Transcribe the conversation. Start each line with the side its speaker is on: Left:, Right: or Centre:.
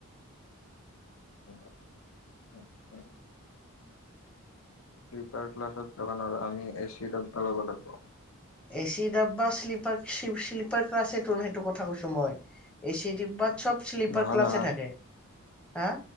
Left: <inaudible> শ্লিপাৰ ক্লাছত যাবা নৰা আমি এ চি ডাব্বা ল'বা লাগব'।
Centre: এ চি ডাব্বা শ্লিপাৰ চিপ-শ্লিপাৰ ক্লাছেটোন সেইটো কথা কৈছোঁ মই এচি ডিব্বাত। চব শ্লিপাৰ
Left: নহয়
Centre: ক্লাছে
Left: নহয়
Centre: থাকে। হা?